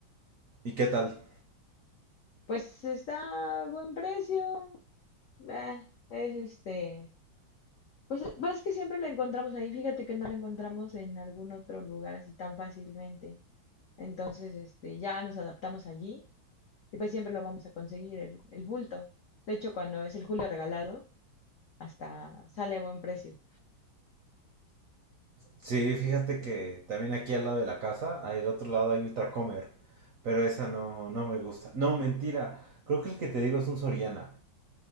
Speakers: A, on the right; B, on the left.
A: ¿Y qué tal?
B: Pues está a buen precio. eh, es este. Pues eh, pues es que siempre lo encontramos ahí. Fíjate que no lo encontramos en algún otro lugar así tan fácilmente. Entonces, este, ya nos adaptamos allí y pues siempre lo vamos a conseguir, el, el bulto. De hecho, cuando es el julio regalado, hasta sale a buen precio.
A: Sí, fíjate que también aquí al lado de la casa, al otro lado hay otra comer, pero esa no, no me gusta. No, mentira, creo que el que te digo es un Soriana.